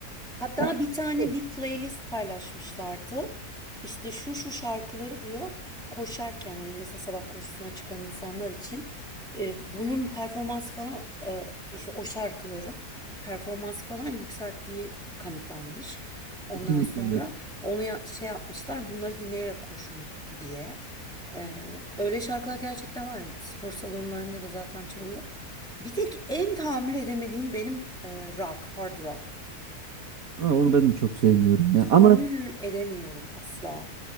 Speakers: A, in the centre; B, on the right (about 65°).
A: Hatta
B: Yani
A: bir tane
B: evet,
A: bir playlist paylaşmışlardı. İşte şu şu şarkıları diyor koşarken hani mesela sabah koşusuna çıkan insanlar için e, bunun performans falan e, işte o şarkıların performans falan yükselttiği kanıtlanmış. Ondan
B: kesinlikle
A: sonra
B: öyle.
A: onu ya- şey yapmışlar bunları dinleyerek koşun diye. E, öyle şarkılar gerçekten var. Yani spor salonlarında da zaten çalıyor. Bir tek en tahammül edemediğim benim e, rock, hard rock.
B: Ama onu ben de çok sevmiyorum ya.
A: Tahammül
B: Ama
A: edemiyorum asla.